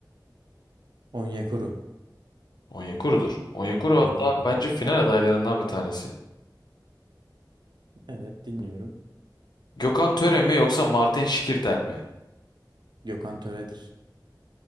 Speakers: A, on the right (about 75°); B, on the left (about 65°).
A: Onyekuru.
B: Onyekuru'dur. Onyekuru hatta
A: Onyekuru.
B: bence final adaylarından bir tanesi.
A: Evet dinliyorum.
B: Gökhan Töre mi yoksa Martin Şikirtel mi?
A: Gökhan Töre'dir.